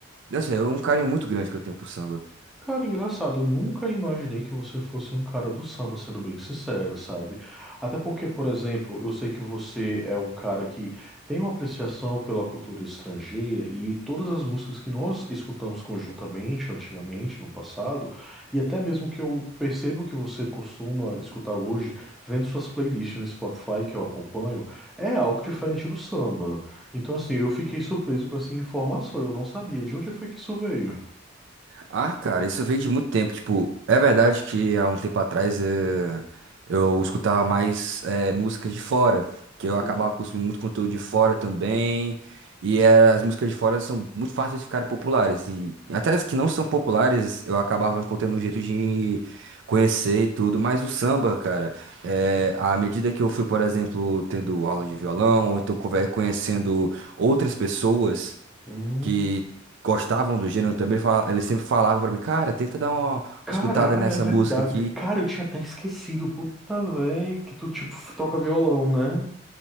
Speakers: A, on the right; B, in the centre.
A: não sei, é um carinho muito grande que eu tenho por samba.
B: Cara, engraçado, eu nunca imaginei que você fosse um cara do samba, sendo bem sincero, sabe? Até porque, por exemplo, eu sei que você é um cara que tem uma apreciação pela cultura estrangeira e todas as músicas que nós escutamos conjuntamente, antigamente, no passado, e até mesmo que eu percebo que você costuma escutar hoje, vendo suas playlists no Spotify que eu acompanho, é algo diferente do samba. Então, assim, eu fiquei surpreso com essa informação, eu não sabia de onde foi que isso veio.
A: Ah, cara, isso vem de muito tempo. Tipo, é verdade que há um tempo atrás eh, eu escutava mais eh, músicas de fora, que eu
B: Uhum.
A: acabava consumindo muito conteúdo de fora também. E era- as músicas de fora são muito fáceis de ficarem populares. E até as que não são populares, eu acabava encontrando um jeito de conhecer e tudo. Mas o samba, cara, eh, à medida que eu fui, por exemplo, tendo aula de violão, ou então conver- conhecendo outras pessoas
B: Hum.
A: que gostavam do gênero também, fala- eles sempre falavam pra mim, cara, tenta dar uma
B: Caralho,
A: escutada nessa
B: é verdade.
A: música aqui.
B: Cara, eu tinha até esquecido, puta véi, que tu, tipo, troca violão, né?